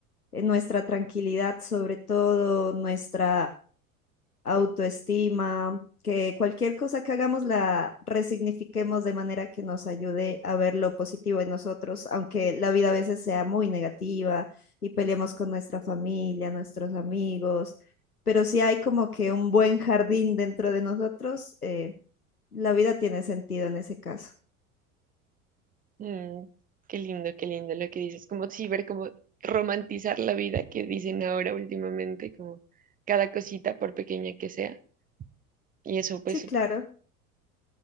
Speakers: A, on the left; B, on the right.
A: eh, nuestra tranquilidad, sobre todo nuestra autoestima, que cualquier cosa que hagamos la resignifiquemos de manera que nos ayude a ver lo positivo en nosotros, aunque la vida a veces sea muy negativa y peleemos con nuestra familia, nuestros amigos, pero si hay como que un buen jardín dentro de nosotros, eh, la vida tiene sentido en ese caso.
B: mm, qué lindo, qué lindo lo que dices, como sí, ver como romantizar la vida que dicen ahora últimamente, como cada cosita por pequeña que sea. Y eso pues,
A: Sí, claro.